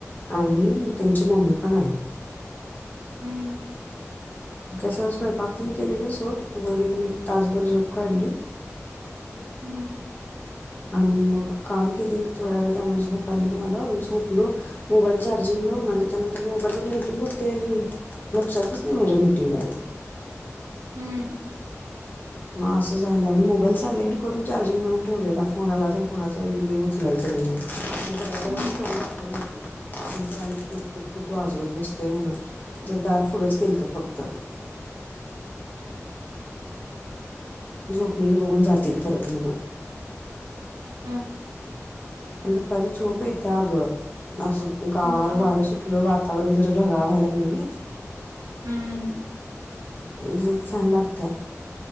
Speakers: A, on the left; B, on the right.
A: आणि त्यांची मम्मी पण आलेली.
B: हम्म
A: तसं स्वयंपाक तेन केलेलं सोड. वर येऊन एक तासभर झोप काढली.
B: हम्म
A: आणि मग काम केलेलं थोड्या वेळ त्यामुळे झोप आलेली मला झोपलो मोबाईल चार्जिंग लावून त्याच्यानंतर मोबाईलवर मिटिंग होती आणि लक्षातच नाही माझ्या मिटिंग आहे ते.
B: हम्म
A: मग असं झालं आणि मोबाईल सायलेंट करून चार्जिंग लावून ठेवलेला, फोन आला तर कुणाचा येऊ दे उचलायचं नाही म्हणून, दरवाजाला
B: हम्म
A: आतून कडी घातली नाही कोणतर आलं की टूक टुक टूक वाजवत बसतंय म्हणून जरा दार पुढंच केलंत फक्त तर झोपलेले बघून जातील परत म्हणून,
B: हम्
A: आणि दुपारी झोप येत्या आ गं. असं
B: हम्म
A: गार वार सुटल वा तावरण जरा ढगाळ व्हायला लागलेलीत.
B: हम्म
A: झोप छान लागत्या.